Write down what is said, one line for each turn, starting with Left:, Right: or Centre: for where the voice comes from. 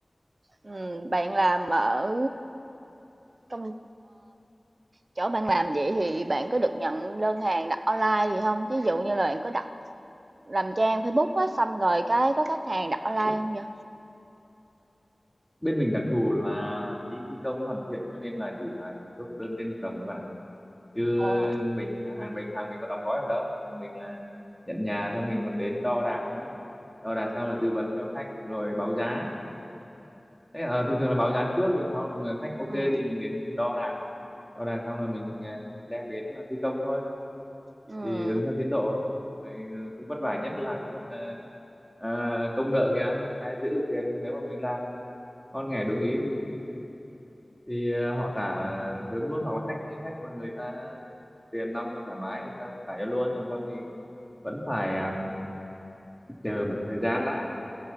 Right: Ừ, bạn làm ở công Chỗ bạn làm vậy thì bạn có được nhận đơn hàng đặt online gì không ví dụ như là bạn có đặt làm trang Facebook á, xong rồi cái có khách hàng đặt online không vậy?
Centre: bên mình đặc thù là đi thi công với hoàn thiện cho nên là chỉ là chốt đơn trên hợp đồng thôi bạn ạ chứ
Right: Ồ,
Centre: mình hàng mình hàng mình có đóng gói được đâu hàng mình là nhận nhà xong mình còn đến đo đạc nữa đo đạc xong là tư vấn cho khách rồi báo giá thế à, thường thường là báo giá trước rồi sau là mà khách ok
Right: ừm,
Centre: thì mình đến mình đo đạc đo đạc xong là mình à, đem đến là thi công thôi
Right: ừm,
Centre: thì ứng theo tiến độ Rồi cũng vất vả nhất là cái phần à, à, công nợ kìa người ta giữ được tiền nếu mà mình làm ngon nghẻ đúng ý thì thì ờ, họ trả thớm luôn hoặc là khách những khách mà người ta tiền nong thoải mái người ta trả cho luôn còn không thì vẫn phải ờ, chờ một thời gian đã